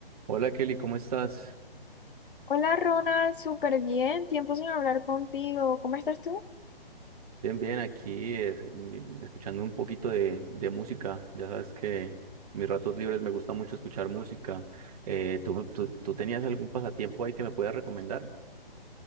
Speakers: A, on the right; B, on the left.
A: Hola Kelly, ¿cómo estás?
B: Hola Ronald, súper bien, tiempo sin hablar contigo. ¿Cómo estás tú?
A: Bien, bien, aquí eh, mi- escuchando un poquito de, de música. Ya sabes que mis ratos libres me gusta mucho escuchar música. Eh, ¿tú, tú, tú tenías algún pasatiempo ahí que me puedas recomendar?